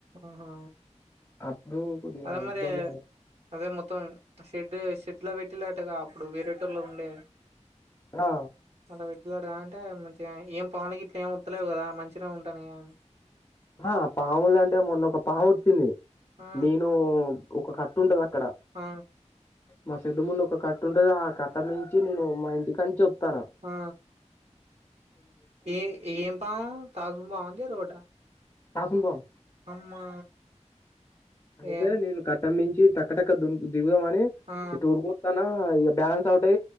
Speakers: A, on the right; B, on the left.
A: ఆహా
B: అప్పుడు కొద్దిగా
A: అదే మరి
B: ఇబ్బంది అయినయ్
A: అదే మొత్తం షెడ్ షెడ్ లో పెట్టి <unintelligible> అప్పుడు వేరేటూర్లో ఉండే
B: ఆ
A: అంట పెట్టినాడు కా అంటే మంచిగా ఏం పాములు కి ఇట్ల ఏం వత్తలేవు కదా మంచిగా ఉంటా <unintelligible> గానీ
B: ఆ పాము లే అంటే మొన్న ఒక పాము వచ్చింది
A: ఆ
B: నేను ఒక కట్ట ఉంటది అక్కడ
A: ఆ
B: మా షేడ్ ముందు ఒక కట్ట ఉంటది ఆ కట్ట మించి నేను మా ఇంటి కనించి వస్తాన
A: ఆ ఏ ఏం పాము త్రాసుపామ జెరుగోడ్డ
B: <unintelligible>
A: అమ్మా
B: అయితే
A: ఏ
B: నేను కట్టంమించి టకటక <unintelligible> దిగుదామని
A: ఆ
B: ఇటు ఉరు <unintelligible> ఒకటి